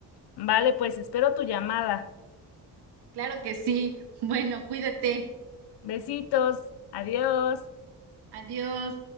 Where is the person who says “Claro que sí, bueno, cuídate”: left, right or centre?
Right